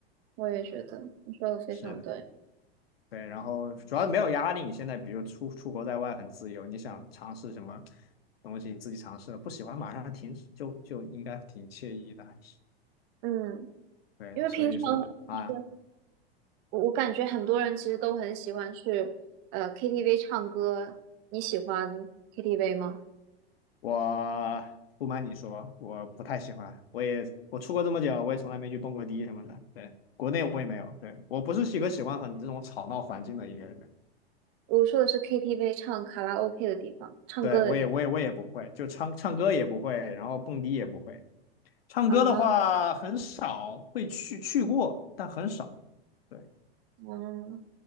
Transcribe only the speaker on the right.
我也觉得你说的非常对，
嗯，
因为平常就是
我我感觉很多人其实都很喜欢去呃 KTV 唱歌，你喜欢 KTV 吗？
我说的是 KTV 唱卡拉 OK 的地方，唱歌的地
方啊，
嗯，